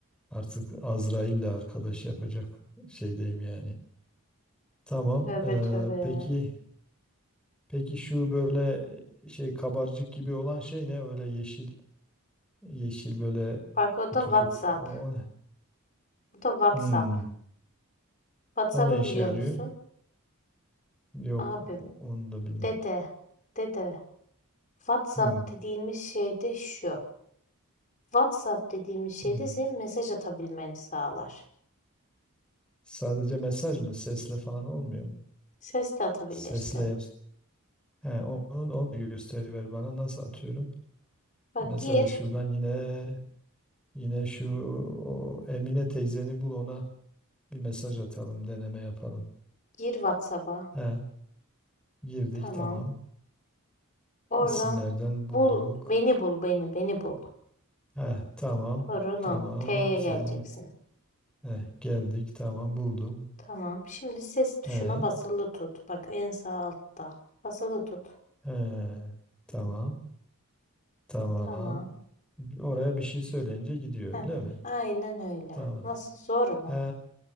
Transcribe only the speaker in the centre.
artık Azrail'le arkadaş yapacak şeydeyim yani. Tamam.
eee,
peki peki şu böyle şey kabarcık gibi olan şey ne? Öyle yeşil yeşil böyle
kutucuk.
O, o ne?
Hmm,
o ne işe
yarıyor?
Yok,
o- onu da bilmiyorum.
Hmm,
hmm.
Sadece mesaj mı? Sesle falan olmuyor mu?
Sesle yap. He, onu, onu gösteriver bana. Nasıl atıyorum?
Mesela
şuradan yine Yine şu o Emine teyzeni bul ona bir mesaj atalım, deneme yapalım.
He, girdik
tamam.
İsimlerden bulduk.
He, tamam.
Tamam
senin.
He, geldik tamam buldum.
He,
he, tamam. Tamam.
Oraya bir şey söyleyince gidiyor
öyle mi?
Tamam.
He,